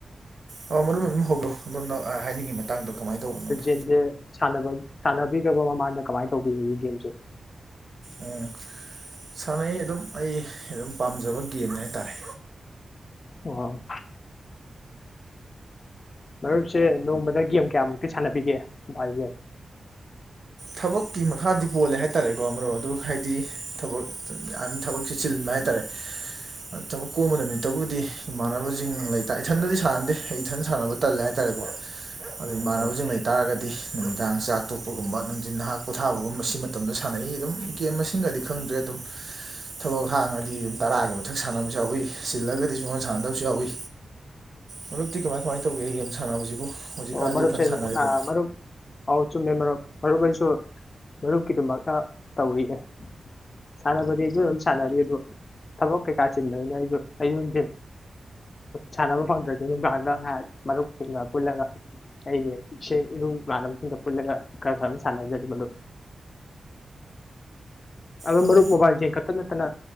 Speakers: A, on the right; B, on the left.
A: ꯑꯣ ꯃꯔꯨꯞ ꯑꯗꯨꯝ ꯍꯧꯔꯣꯝꯢ ꯍꯥꯏꯅꯤꯡꯉꯤ ꯃꯇꯥꯡꯗꯣ ꯀꯃꯥꯏꯅ ꯇꯧꯕꯅꯣꯗꯣ
B: <unintelligible> ꯁꯅꯕ ꯁꯥꯟꯅꯕꯤꯗꯕ ꯃꯃꯅ ꯀꯃꯥꯏꯅ ꯇꯧꯕꯤꯔꯤ ꯒꯦꯝꯁꯦ
A: ꯎꯝ ꯁꯥꯟꯅꯩ ꯑꯗꯨꯝ ꯑꯩ ꯑꯗꯨꯝ ꯄꯥꯝꯖꯕ ꯒꯦꯝꯅꯦ ꯍꯥꯏꯇꯥꯔꯦ
B: ꯑꯣ ꯃꯔꯨꯞꯁꯦ ꯅꯣꯡꯃꯗ ꯒꯦꯝ ꯀꯌꯥꯃꯨꯛꯇꯤ ꯁꯥꯟꯅꯕꯤꯒꯦ ꯃꯣꯕꯥꯏꯜꯒ
A: ꯊꯕꯛꯀꯤ ꯃꯈꯥꯗꯤ ꯄꯣꯜꯂꯦ ꯍꯥꯏꯇꯥꯔꯦꯀꯣ ꯃꯔꯨꯞ ꯑꯗꯨ ꯍꯥꯏꯗꯤ ꯊꯕꯛ ꯌꯥꯝ ꯊꯕꯛ ꯆꯤꯟꯕ ꯍꯥꯏꯇꯥꯔꯦ ꯊꯕꯛ ꯀꯣꯝꯕ ꯅꯨꯃꯤꯠꯇꯕꯨꯗꯤ ꯏꯃꯥꯟꯅꯕꯁꯤꯡ ꯂꯩꯇ ꯏꯊꯟꯗꯗꯤ ꯁꯥꯟꯅꯗꯦ ꯏꯊꯟ ꯁꯥꯟꯅꯕ ꯇꯜꯂꯦ ꯍꯥꯏꯇꯥꯔꯦꯀꯣ ꯑꯗꯨꯣ ꯏꯃꯥꯟꯅꯕꯁꯤꯡ
B: ꯑꯣ
A: ꯂꯩꯇꯥꯥꯔꯒꯗꯤ ꯅꯨꯃꯤꯗꯥꯡ ꯆꯥꯛ ꯇꯣꯛꯄꯒꯨꯝꯕ ꯍꯧꯖꯤ ꯅꯍꯥꯛ ꯄꯣꯊꯥꯕꯒꯨꯝ ꯁꯤ ꯃꯇꯝꯗ ꯁꯥꯟꯅꯩ ꯑꯗꯨꯝ ꯒꯦꯝ ꯃꯁꯤꯡꯒꯗꯤ ꯈꯪꯗ꯭ꯔꯦ ꯑꯗꯨꯝ ꯊꯕꯛ ꯍꯥꯡꯉꯗꯤ ꯑꯗꯨꯝ ꯇꯔꯥꯒꯤ ꯃꯊꯛ ꯁꯥꯟꯅꯕꯁꯨ ꯌꯥꯎꯏ ꯁꯤꯜꯂꯒꯗꯤ ꯁꯒꯣꯜ ꯁꯥꯟꯅꯗꯕꯁꯨ ꯌꯥꯎꯏ ꯃꯔꯨꯞꯤ ꯀꯃꯥꯏ ꯀꯃꯥꯏꯅ ꯇꯧꯒꯦ ꯒꯦꯝ ꯁꯥꯟꯅꯕꯁꯤꯕꯨ ꯍꯧꯖꯤꯛꯀꯥꯟꯁꯤꯕꯨ
B: ꯑꯣ ꯃꯔꯨꯞ
A: ꯐꯖꯅ ꯁꯥꯟꯅꯔꯤꯕ꯭ꯔꯣ
B: ꯑ ꯃꯔꯨꯞ ꯄꯥꯎ ꯆꯨꯝꯃꯦ ꯃꯔꯨꯞ ꯃꯔꯨꯞ ꯑꯩꯁꯨ ꯃꯔꯨꯞꯀꯤꯗꯃꯛꯇ ꯇꯧꯏꯌꯦ ꯁꯥꯟꯅꯕꯗꯤ ꯑꯩꯁꯨ ꯑꯗꯨꯝ ꯁꯥꯟꯅꯔꯤ ꯑꯗꯨ ꯊꯕꯛ ꯀꯩꯀꯥ ꯆꯤꯟꯕꯅꯤꯅ ꯑꯩꯁꯨ ꯑꯩꯣꯟꯁꯤꯤꯟ ꯁꯥꯟꯅꯕ ꯐꯪꯗ꯭ꯔꯒꯦ ꯅꯨꯡꯗꯥꯡꯗ ꯉꯥꯏꯍꯥꯛ ꯃꯔꯨꯞꯁꯤꯡꯒ ꯄꯨꯜꯂꯒ ꯑꯩꯒꯤ ꯃꯥꯅꯁꯤꯡ ꯀ ꯄꯨꯂ ꯁꯥꯟꯅ ꯃꯗꯨ ꯑꯗꯨ
A: ꯑꯣ
B: ꯃꯔꯨꯞ ꯃꯣꯕꯥꯏꯜꯁꯤꯡ ꯈꯛꯇ ꯅꯠꯇꯅ